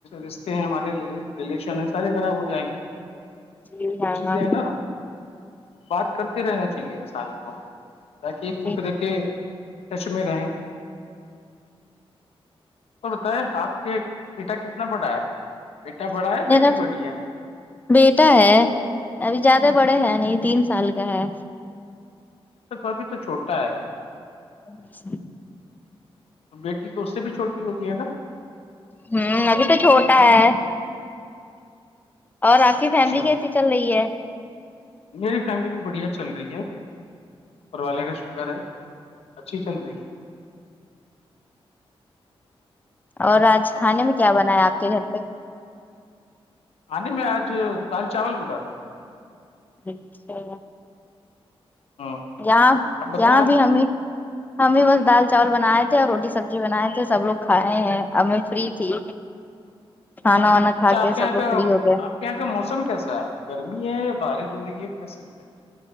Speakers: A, on the left; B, on the left.
A: رشتے ہیں ہمارے ریلیشن ہے سارے خراب ہو جائیں گے
B: جی ہاں
A: چیزیں ہے نا بات کرتے رہنا چاہیے انسان کو تاکہ ایک
B: جی
A: دوسرے کے ٹچ میں رہیں اور بتائ آپ کے بیٹا کتنا بڑا ہے بیٹا بڑا ہے
B: میرا
A: بیٹی بڑی ہے
B: بیٹا ہے ابھی زیادہ بڑے ہیں نہیں تین سال کا ہے
A: اا تو ابھی تو چھوٹا ہے
B: اچ
A: تو بیٹی تو اس سے بھی چھوٹی ہوگئی ہے نا
B: ہوں ابھی تو چھوٹا ہے اور آپ کی
A: اچھا
B: فیملی کیسی چل رہی ہے
A: میری فیملی بھی بڑھیا چل رہی ہے پر والے کا شکر ہے اچھی چل رہی ہے
B: اور آج کھانے میں کیا بنا ہے آپ کے گھر پہ
A: آ نہیں میں آج دال چاول بلا تھا
B: اچھا
A: ہاں
B: یہاں
A: آپ بتائیں
B: یہاں
A: آپ
B: بھی ہمیں ہم بھی بس دال چاول بنائے تھے اور روٹی سبزی بنائے تھے سب لوگ کھائے ہیں اب ہم میں فری تھی کھانا وانا
A: اچھا
B: کھا
A: آپ
B: کے
A: یہاں
B: سب لوگ
A: کا
B: فری ہو گئے
A: آپ یہاں کا موسم کیسا ہے گرمی ہے یا بارش ہو رہی ہے کیسے کیا ہے